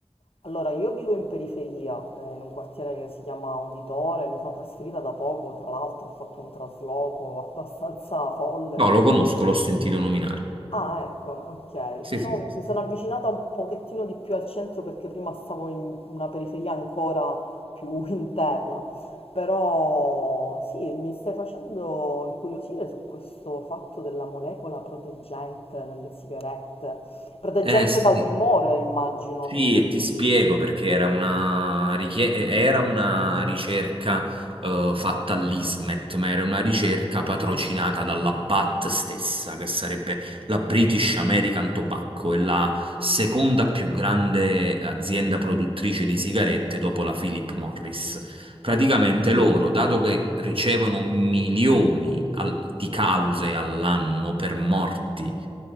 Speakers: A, on the left (about 65°); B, on the right (about 60°).
A: Allora, io vivo in periferia, eh, in un quartiere che si chiama Uditore, mi sono trasferita da poco, tra l'altro ho fatto un trasloco <laughs> abbastanza folle.
B: No, lo conosco, l'ho sentito nominare.
A: Ah, ecco, ok.
B: Sì,
A: Diciamo
B: sì, sì. sì.
A: mi sono avvicinata un pochettino di più al centro perché prima stavo in una periferia ancora più <laughs> interna. Però sì, mi stai facendo incuriosire su questo fatto della molecola proteggente nelle sigarette. Proteggente
B: Eh sì,
A: dal tumore, immagino.
B: sì, e ti spiego perché era una, richie- era una ricerca eh, fatta all'ISMET, ma era una ricerca patrocinata dalla BAT stessa, che sarebbe la British American Tobacco, è la seconda più grande azienda produttrice di sigarette dopo la Philip Morris. Praticamente loro, dato che ricevono milioni al- di cause all'anno per morti,